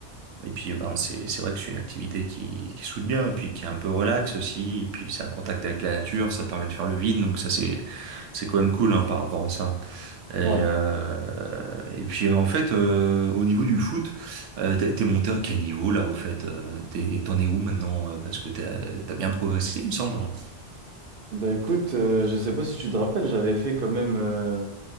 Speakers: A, on the right; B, on the right.
A: et puis euh, ben c'est c'est vrai que c'est une activité qui qui soude bien, et puis qui est un peu relax aussi, et puis c'est un contact avec la nature, ça permet de faire le vide, donc ça c'est c'est quand même cool hein, par rapport à ça. Et, euh,
B: ouais.
A: et puis euh, en fait, euh, au niveau du foot, euh, t'es t'es monté à quel niveau là au fait? Euh, t'es, t'en es où maintenant? euh, Parce que t'as, t'as bien progressé, il me semble. hein.
B: Bah écoute, euh, je sais pas si tu te rappelles, j'avais fait quand même. euh,